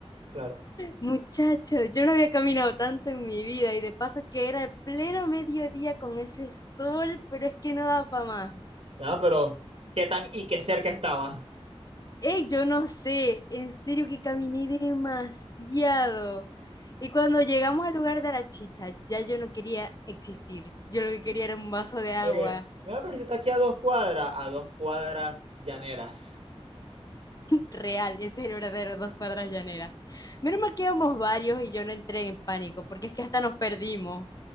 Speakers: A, on the right; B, on the left.
A: claro.
B: Muchacho, yo no había caminado tanto en mi vida y de paso que era el pleno mediodía con ese sol, pero es que no daba para más.
A: No, pero qué tan y qué cerca estaba.
B: Ey, yo no sé, en serio que caminé demasiado. Y cuando llegamos al lugar de la chicha, ya yo no quería existir. Yo lo que quería era un vaso de agua
A: Ok. Mira, pero si está aquí a dos cuadras, a dos cuadras llaneras.
B: real. Ese es el verdadero dos cuadras llaneras. Menos mal que íbamos varios y yo no entré en pánico, porque es que hasta nos perdimos.